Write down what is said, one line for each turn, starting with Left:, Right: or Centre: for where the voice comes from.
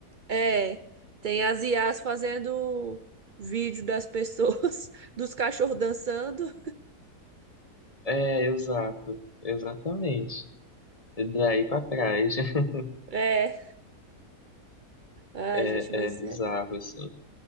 Right: é, tem as IAs fazendo vídeo das pessoas, <laughs> dos cachorros dançando.
Left: É, exato, exatamente. E daí pra trás <laughs>
Right: É. Ai,
Left: é,
Right: gente, mas
Left: é bizarro,
Right: é
Left: assim.